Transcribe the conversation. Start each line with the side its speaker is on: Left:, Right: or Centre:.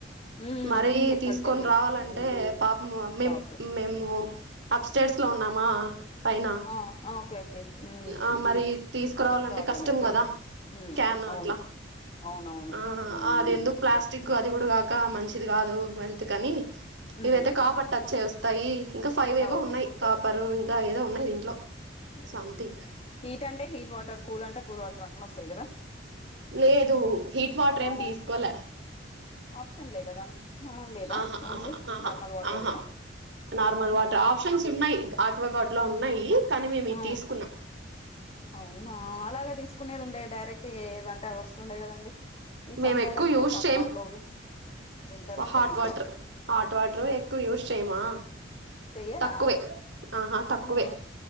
Left: ఉమ్
Right: మరీ
Left: అక్కడికెళ్ళి
Right: తీసుకొని రావాలంటే
Left: ఉమ్
Right: పాపము మే
Left: ప్రాబ్లం
Right: మేము అప్ స్టెయిర్స్ లో ఉన్నామా పైన
Left: ఆ ఆ ఓకే ఓకే ఉమ్
Right: ఆ మరి తీసుకురావాలంటే
Left: ప్రాబ్లం
Right: కష్టం
Left: అయితది
Right: కదా
Left: ఉమ్
Right: క్యాన్
Left: అవును
Right: అట్లా
Left: అవునవును
Right: ఆ
Left: మ్
Right: అది ఎందుకు ప్లాస్టిక్ అది గూడా కాక మంచిది కాదు హెల్తు కనీ
Left: ఉమ్
Right: ఇదైతే కాపర్ టచ్ అయి వస్ తయి ఇంకా ఫైవ్ ఏవో
Left: అవును
Right: ఉన్నాయి కాపరు ఇంకా ఏదో ఉన్నాయి దీంట్లో
Left: ఉమ్
Right: సంథింగ్
Left: హీట్ అంటే హీట్ వాటర్ కూల్ అంటే కూల్ వాటర్ అట్నె వస్తాయి కదా
Right: లేదు హీట్ వాటర్
Left: రాదా
Right: ఏమి తీసుకోలే
Left: ఆప్షన్ లేదా దానికి ఆ లేదా
Right: ఆహా
Left: ఓన్లీ
Right: ఆహా ఆహా
Left: నార్మల్
Right: ఆహా
Left: వాటరేనా
Right: ఆహా నార్మల్
Left: అవునా
Right: వాటర్ ఆప్షన్స్ ఉన్నాయి ఆక్వా గార్డ్
Left: ఆ
Right: లో ఉన్నాయి కానీ మేము
Left: ఆ
Right: ఇది తీసుకున్నాం
Left: అవునా అలాగే తీసుకునేది ఉండే డైరెక్ట్ ఏదంటే అవి వస్తుండే కదండి ఈ
Right: మేము
Left: సమ్మర్
Right: ఎక్కువ
Left: అంటే
Right: యూజ్
Left: సమ్మర్
Right: చేయం
Left: లో వింటర్ అంటే
Right: hot
Left: winter
Right: water hot water
Left: ఆ
Right: ఎక్కువ యూజ్ చేయమా
Left: చెయ్యరా
Right: తక్కువే ఆహా
Left: అవునా
Right: తక్కువే